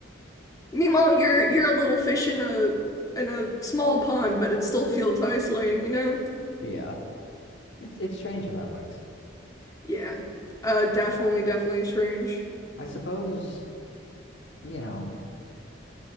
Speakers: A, on the left; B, on the left.
A: Meanwhile, you're you're a little fish in a in a small pond, but it still feels isolating, you know?
B: yeah. It's it's strange how that works.
A: Yeah. Uh definitely,
B: I,
A: definitely strange.
B: I suppose, you know,